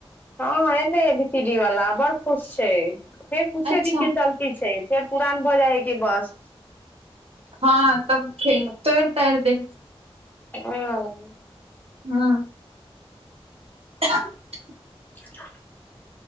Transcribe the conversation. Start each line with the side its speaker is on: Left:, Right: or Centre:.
Left: हँ अएलै, एबीसीडी वला, बड़ खुश छै, कुछे
Right: अच्छा
Left: दिनके चलती छै, फेर पुरान भऽ जाइ है कि बस
Right: हँ तब, तोड़-तारि दै
Left: हँ,
Right: हँ <unintelligible>
Left: <unintelligible>